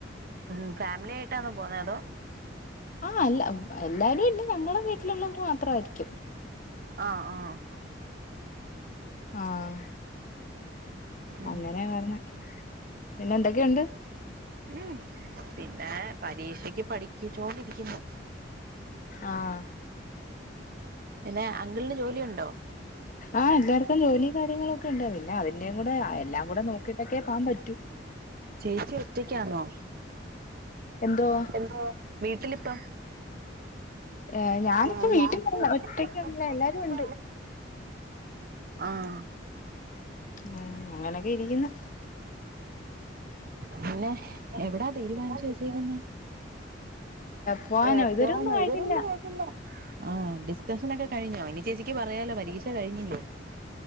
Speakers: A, on the right; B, on the left.
A: ഉം ഫാമിലി ആയിട്ടാന്നോ പോന്നേ അതോ
B: ആഹ് അല്ല എല്ലാരും ഇല്ല ഞങ്ങളെ വീട്ടിലുള്ളവർ മാത്രമായിരിക്കും
A: ആഹ് ആഹ്
B: ആഹ്
A: ഉം
B: അങ്ങനെ പറഞ്ഞ പിന്നെ എന്തൊക്കെയുണ്ട്
A: ഉം പിന്നെ പരീക്ഷക്ക് പഠിക്കിച്ചോണ്ടിരിക്കുന്നു
B: ആഹ്
A: പിന്നെ അങ്കിളിന് ജോലിയുണ്ടോ
B: ആഹ് എല്ലാർക്കും ജോലി കാര്യങ്ങളൊക്കെ ഉണ്ടാവ പിന്നെ അവ എന്നും കൂടെ എല്ലാം കൂടെ നോക്കിട്ടൊക്കെ പോകൻ പറ്റൂ.
A: ചേച്ചി ഒറ്റക്കാന്നോ
B: എന്തോ
A: എന്തോ വീട്ടിലിപ്പം
B: എ ഞാനിപ്പ
A: ഏഹ്
B: വീട്ടിൽ
A: ഞാനിപ്പോ
B: അല്ല
A: വീട്ടിൽ
B: ഒറ്റക്കാണല്ല
A: ഒറ്റക്കില്ല
B: എല്ലാരും ഉണ്ട്
A: ആഹ്
B: ഉം അങ്ങനൊക്കെ ഇരിക്കുന്നു
A: പിന്നെ എവിടാ തീരുമാനിച്ചു വെച്ചക്കുന്നേ
B: പോവാനോ
A: ഏ
B: ഇതുവരെൊന്നും
A: പോണോ
B: ആയിട്ടില്ല
A: ഇതു വരെ ഒന്നും കഴിച്ചില്ല ആഹ് ഡിസ്കഷൻ ഒക്കെ കഴിഞ്ഞോ ഇനി ചേച്ചിക്ക് പറയാലോ പരീക്ഷ കഴിഞ്ഞില്ലേ